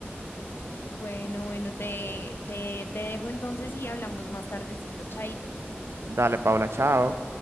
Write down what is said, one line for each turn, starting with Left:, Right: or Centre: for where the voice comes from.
Left: Bueno, bueno, te, te, te dejo entonces y hablamos más tardecito. Chaito.
Right: Dale, Paula, chao.